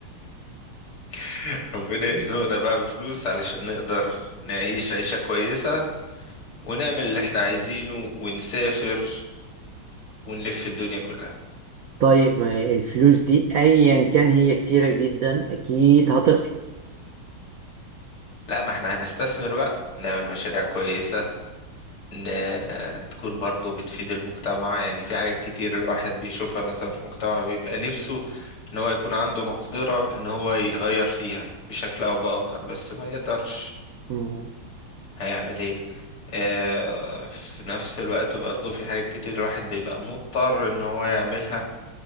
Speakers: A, on the left (about 80°); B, on the right (about 70°).
A: <laughs> ربنا يرزقنا بقى بفلوس علشان نقدر نعيش عيشة كويسة ونعمل اللي احنا عايزينه ونسافر ونلف الدنيا كلها
B: طيب ما الفلوس دي أيا كان هي كتيرة جدا أكيد هتخلص
A: لا ما احنا هنستثمر بقى نعمل مشاريع كويسة ان آه، تكون برضو بتفيد المجتمع يعني في حاجات كتير الواحد بيشوفها مثلا في مجتمع بيبقى نفسه ان هو يكون عنده مقدرة ان هو يغير فيها بشكل او باخر بس ما يقدرش
B: مم.
A: هيعمل ايه آه، في نفس الوقت برضو في حاجات كتير الواحد بيبقى مضطر ان هو يعملها